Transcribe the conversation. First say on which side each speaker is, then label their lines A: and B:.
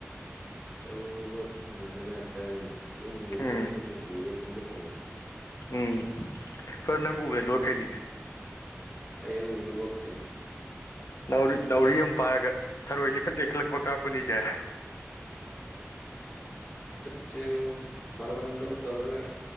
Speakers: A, on the left; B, on the left.
A: ꯑꯔꯣꯏꯕ ꯂꯣꯠꯀꯗꯅ ꯕꯦꯔꯥ ꯀꯥꯏꯅꯦ ꯌꯨꯝꯗ
B: ꯎꯝ
A: ꯈꯔꯗ ꯄꯨꯔꯦ ꯈꯟꯖꯕꯗ
B: ꯎꯝ ꯐꯔ ꯅꯪ ꯎꯕ ꯂꯣꯏꯈꯩꯅꯤꯗꯤ
A: ꯑꯕꯦꯛ ꯎꯕ ꯂꯣꯠꯈ꯭ꯔꯦ
B: ꯅꯥꯎꯔꯤ ꯅꯥꯎꯔꯤ ꯑꯃ ꯄꯥꯔꯒ ꯊꯔꯣꯏ ꯂꯤ ꯏꯈꯠꯂ ꯏ ꯈꯠꯂꯛꯄ ꯀꯥꯞꯀꯅꯤꯁꯦ
A: ꯆꯦ ꯃꯥꯔꯕꯟꯗꯧ ꯇꯧꯔꯒ